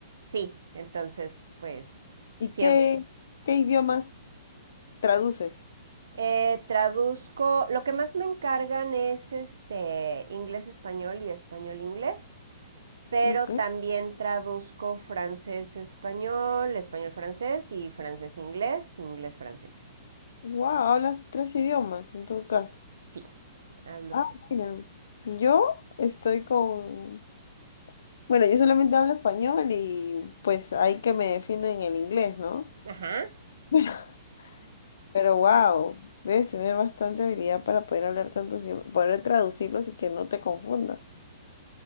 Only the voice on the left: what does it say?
¿Y
qué, qué idiomas traduces?
Ok.
Wow, hablas tres idiomas en tu caso.
Ah,
mira, yo estoy con... Bueno, yo solamente hablo español y pues hay que me defiendo en el inglés, ¿no?
<laughs> Pero wow, debes tener bastante habilidad para poder hablar tantos idiomas, poder traducirlos y que no te confunda.